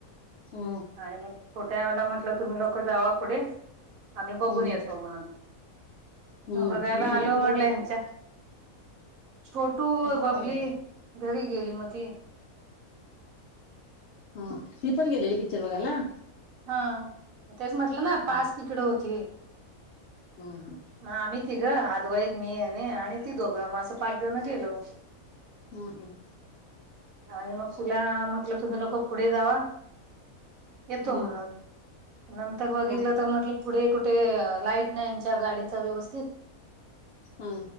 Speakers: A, on the left (about 60°); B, on the right (about 70°).
A: हम्म
B: आणि मग छोट्याला म्हटलं तुम्ही लोक जावा पुढे आम्ही बघून
A: हम्म
B: येतो म्हणून
A: हम्म
B: मग बघायला
A: छोटू
B: आलो
A: कुठे
B: म्हटलं
A: गेला
B: ह्यांच्या छोटू बबली
A: कुठे गेला
B: घरी गेली मग ती
A: ह ती पण गेलेली पिक्चर बघायला
B: हा तेच म्हटलं ना
A: हा
B: पाच तिकिट होती
A: हा हा
B: मग आम्ही तिघ आधवाईत मी आणि ती दोघं मग असं पाच जण गेलो होत.
A: हम्म.
B: आणि मग तुला म्हटलं तुम्ही लोक पुढे जावा.
A: हम्म
B: तो म्हणून. नंतर बघितलं
A: हा
B: तर म्हटलं पुढे कुठे लाईट नाही यांच्या गाडीच व्यवस्थित
A: हा